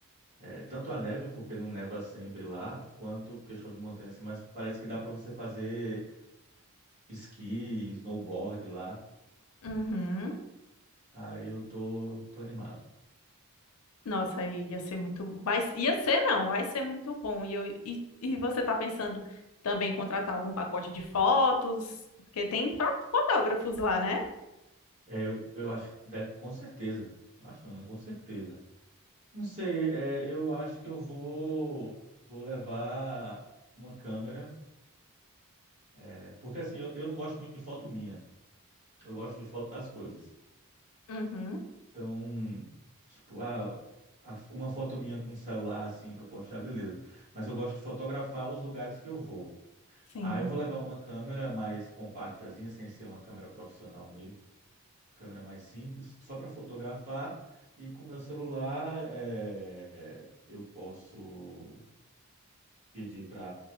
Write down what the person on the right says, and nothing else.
É, tanto a neve, porque não neva sempre lá, quanto questão de montanha, assim, mas parece que dá para você fazer esqui, snowboard lá.
Aí eu tô, tô animado.
É, eu, eu acho, que deve, com certeza. Eu acho não, né? Com certeza. Não sei, é, eu acho que eu vou, vou levar uma câmera, é, porque assim, eu, eu não gosto muito de foto minha, eu gosto de foto das coisas.
Então, tipo, ah, a- uma foto minha com o celular, assim, pra postar, beleza. Mas eu gosto de fotografar os lugares que eu vou.
Ah, eu vou levar uma câmera mais compactazinha, sem ser uma câmera profissional mesmo, câmera mais simples, só para fotografar. E com o meu celular, é, eu posso pedir para